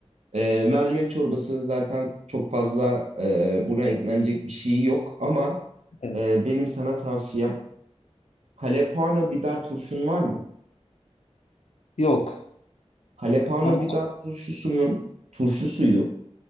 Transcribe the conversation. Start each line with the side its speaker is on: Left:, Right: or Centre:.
Right: e, mercimek çorbası zaten çok fazla e, buna eklenecek bir şey yok ama
Left: Evet.
Right: e, benim sana tavsiyem Halepano biber turşun var mı?
Left: Yok.
Right: Halepano
Left: Ama
Right: biber turşusunun turşu suyu